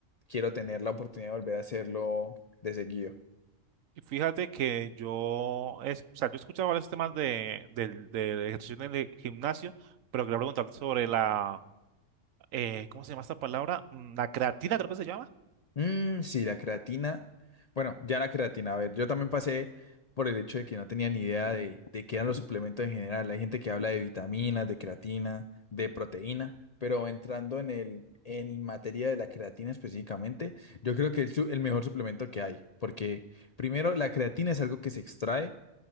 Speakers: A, on the left; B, on the right.
A: quiero tener la oportunidad de volver a hacerlo de seguido.
B: Y fíjate que yo, es, o sea, yo he escuchado varios temas de, del del ejercicio en el gimnasio, pero quería preguntarte sobre la, eh, ¿cómo se llama esta palabra? Mm, La creatina, creo que se llama.
A: Mm, sí, la creatina. Bueno, ya la creatina, a ver, yo también pasé por el hecho de que no tenía ni idea de, de qué eran los suplementos en general. Hay gente que habla de vitaminas, de creatina, de proteína, pero entrando en el... En materia de la creatina específicamente, yo creo que es el, su- el mejor suplemento que hay, porque primero la creatina es algo que se extrae